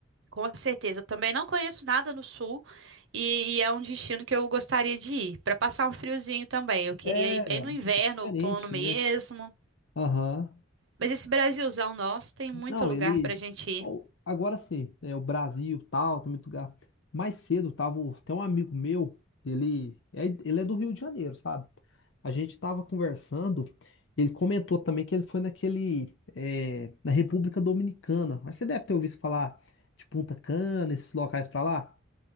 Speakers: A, on the right (about 60°); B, on the left (about 60°).
A: Com certeza, eu também não conheço nada no sul e, e é um destino que eu gostaria de ir, para passar um friozinho também. Eu queria
B: É,
A: ir bem
B: é
A: no inverno,
B: diferente,
A: outono mesmo.
B: né? Aham.
A: Mas esse Brasilzão nosso tem muito
B: Não,
A: lugar
B: ele.
A: pra gente ir.
B: Ó, Agora sim, é o Brasil tal, tem muito lugar. Mais cedo tava. o- Tem um amigo meu, ele é, ele é do Rio de Janeiro, sabe? A gente tava conversando, ele comentou também que ele foi naquele. é, na República Dominicana. Mas você deve ter ouvido falar de Punta Cana, esses locais pra lá.